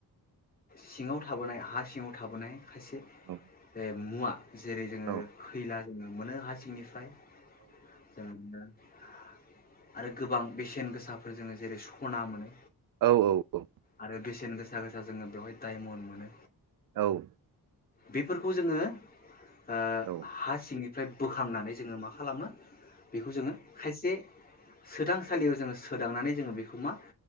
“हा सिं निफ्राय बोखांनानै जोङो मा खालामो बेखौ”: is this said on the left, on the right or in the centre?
Left